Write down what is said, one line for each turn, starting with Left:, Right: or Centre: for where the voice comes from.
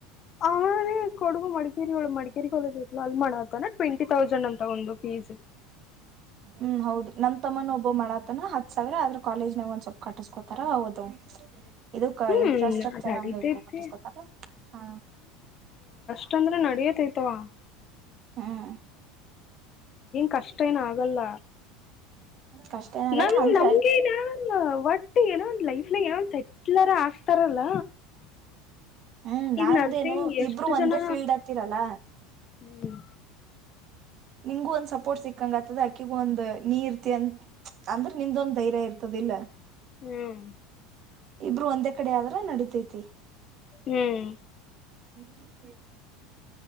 Left: ಆಮೇ ಕೊಡಗು ಮಡಿಕೇರಿಗಳು ಮಡಿಕೇರಿ ಕಾಲೇಜ್ ಇ ಅಲ್ಮಾಣ ಆತಾನ ಟ್ವೆಂಟಿ ತೌಸಂಡ್ ಅಂತ ಒಂದು ಫೀಸ್
Right: ಹ್ಮ್ ಹೌದು ನಮ ತಮ್ಮನ ಒಬ್ಬ ಮಾಡತನ ಹತ್ ಸಾವಿರ ಆದ್ರ ಕಾಲೇಜ್ ನ ಒಂದಸೊಲ್ಪ್ ಕಟ್ಟಸ್ಕೋತಾರ ಹೌದು ಇದಕ್
Left: ಹ್ಮ್
Right: ಇನ್ಫ್ರಾಸ್ಟ್ರಕ್ಚರ್
Left: ನಡೀತೈತಿ
Right: ಅಂಗ ಕಟ್ಟಿಸಕೊತ ಹ
Left: ಷ್ಟಂದ್ರೆ ನಡಿಯತೈತವಾನ್
Right: ಹ್ಮ್
Left: ಕಷ್ಟ ಅಷ್ಟೇನ ಆಗಲ್ಲ
Right: ಕಷ್ಟ ಏನಾಗಲ್ಲ
Left: ನಮ
Right: ಅಂದ್ರ
Left: ನಮ್ಗೆನ ಒಟ್ ಏನೋ ಒಂದ ಲೈಫ್ನ ಏನೊಂದ್ ಸೆಟ್ಲರ್ ಆಗ್ತಾರಲ್ಲ
Right: ಹ್ಮ್ ನಾಂದೇನು
Left: ಈಗ ನರ್ಸಿಂಗ್ ಎಷ್ಟು
Right: ಇಬ್ರು ಒಂದೇ
Left: ಜನ
Right: ಫೀಲ್ಡ್ ಹತ್ತಿರಲ್ಲ
Left: ಹ್ಮ್
Right: ನಿಂಗಗು ಒಂದ್ ಸಪೋರ್ಟ್ ಸಿಕ್ಕಂಗ ಆತ್ತದ ಅಕ್ಕಿಗು ಒಂದ ನೀ ಇರ್ತಿ ಅಂತ ಅಂದ್ರೆ ನಿಮ್ದೊಂದ್ ಧೈರ್ಯ ಇರ್ತದಲ್ಲ
Left: ಹ್ಮ್
Right: ಇಬ್ರು ಒಂದೇ ಕಡೆ ಆದ್ರ ನಡಿತೈತಿ
Left: ಹ್ಮ್
Right: ಹ್ಮ್